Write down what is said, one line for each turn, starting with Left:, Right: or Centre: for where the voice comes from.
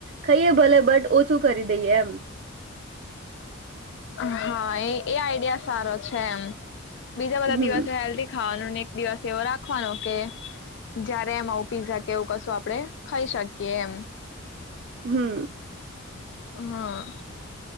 Right: ખાઈએ ભલે બટ ઓછું કરી દઈએ એમ
Left: હા એ એ આઈડિયા સારો છે, એમ. બીજા બધા
Right: હમ
Left: દિવસે હેલ્ધી ખાવાનું ને એક દિવસ એવો રાખવાનો કે જયારે એમ આવું પીઝા કે એવું કશું આપડે ખાઈ શકીએ એમ
Right: હમ
Left: હા